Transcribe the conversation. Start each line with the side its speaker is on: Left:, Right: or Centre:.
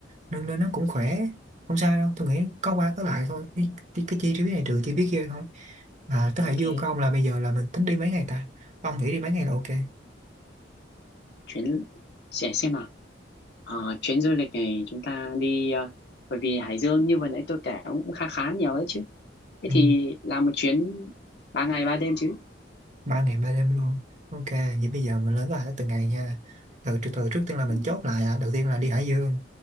Right: nên nên nó cũng khỏe không sao đâu tôi nghĩ có qua có lại thôi cái, cái, cái chi phí này trừ
Left: Ừ,
Right: chi phí kia thôi mà tới
Left: ok
Right: Hải Dương của ông là bây giờ là mình tính đi mấy ngày ta ông nghĩ đi mấy ngày là ok
Left: chuyến sẽ xem nào Ờ, chuyến du lịch này chúng ta đi ờ, bởi vì Hải Dương như vừa nãy tôi kể cũng khá khá nhiều đấy chứ thế
Right: ừ.
Left: thì làm một chuyến ba ngày ba đêm chứ
Right: ba ngày ba đêm luôn ok vậy bây giờ mình lên kế hoạch từng ngày nha từ từ từ trước tiên là mình
Left: ừ,
Right: chốt lại à. đầu tiên là đi Hải Dương